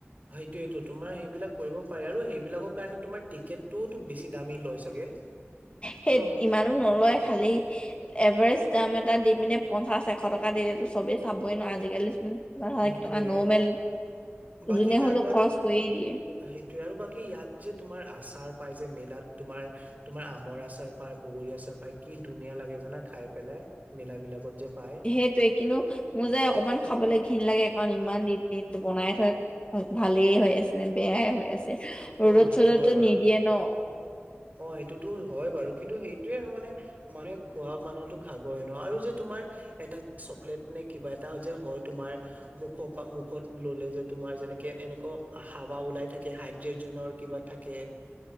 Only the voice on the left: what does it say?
সেইত
ইমান নলয় খালি এভাৰেজ দাম এটা দি পিনে পঞ্চাশ এশ টকা দিলেটো চবে চাবই ন আজিকালি
কেইটকা নৰ্মেল
যোনে
হলেও
খৰচ কৰিয়ে দিয়ে
সেইটোৱে কিন্তু মোৰ যে অকমান খাবলে ঘণ লাগে কাৰণ ইমান দিন দিন বনাই থয় ভালেই হৈ আছে নে বেয়াই হৈ আছে ৰ'দত
চদততো
নিদিয়ে ন